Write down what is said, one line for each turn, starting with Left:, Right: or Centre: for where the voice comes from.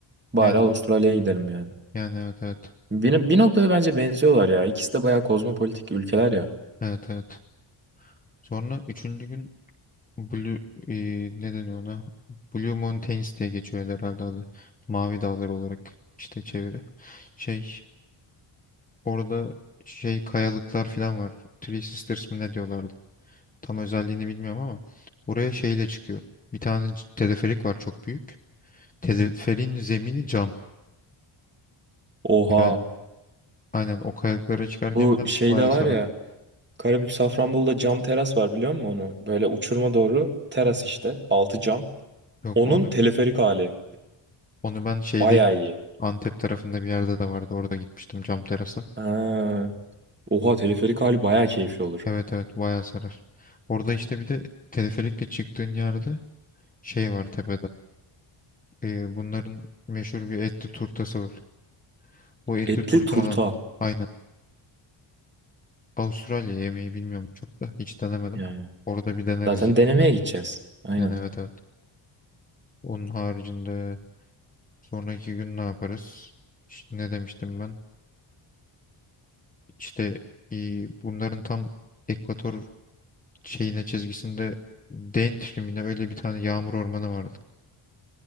Right: Bari
Left: Yani
Right: Avustralya'ya gidelim yani.
Left: yani evet evet.
Right: Bir, bir noktada bence benziyorlar ya. İkisi de bayağı kozmopolitik ülkeler ya.
Left: Evet evet. Sonra üçüncü gün Blue e, ne deniyor ona? Blue Mountains diye geçiyor herhalde adı. Mavi dağlar olarak işte çeviri. Şey orada şey kayalıklar falan var. Three Sisters mi ne diyorlardı? Tam özelliğini bilmiyorum ama oraya şeyle çıkıyor. Bir tane c- teleferik var çok büyük. Teleferin zemini cam.
Right: Oha.
Left: Yani aynen o kayalıklara çıkarken
Right: Bu
Left: falan
Right: şeyde
Left: bayağı
Right: var
Left: sarar.
Right: ya. Karabük Safranbolu'da cam teras var biliyor musun onu? Böyle uçuruma doğru teras işte. Altı cam.
Left: Yok
Right: Onun
Left: onu
Right: teleferik hali.
Left: Onu ben şeyde
Right: Bayağı
Left: gitmiştim.
Right: iyi.
Left: Antep tarafında bir yerde de vardı. Orada gitmiştim cam terası.
Right: Ha. Oha teleferik hali bayağı keyifli olur.
Left: Evet evet bayağı sarar. Orada işte bir de teleferikle çıktığın yerde şey var tepede. Ee, bunların meşhur bir etli turtası var. Bu etli
Right: Etli
Left: turtadan
Right: turta.
Left: aynen Avustralya yemeği bilmiyorum çok da hiç denemedim.
Right: Yani.
Left: Orada bir deneriz
Right: Zaten
Left: yine
Right: denemeye
Left: de.
Right: gideceğiz. Aynen.
Left: Yani evet evet. Onun haricinde sonraki gün ne yaparız? İşte ne demiştim ben? İşte e, bunların tam ekvator şeyine çizgisinde Dane trimine öyle bir tane yağmur ormanı vardı.